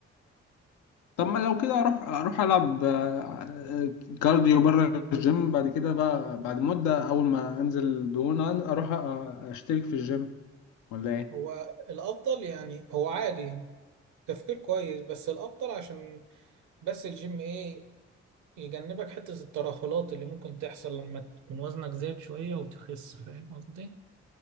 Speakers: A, on the left (about 85°); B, on the right (about 80°).
A: طب ما لو كده اروح اروح العب آه، كارديو بره الجيم بعد كده بقى بعد مدة اول ما انزل دهون اروح آه، اشترك في الجيم ولا ايه
B: هو الأفضل يعني هو عادي تفكير كويس بس الأفضل عشان بس الجيم إيه يجنبك حتة الترهلات اللي ممكن تحصل لما تكون وزنك زاد شوية وتخس فاهم قصدي؟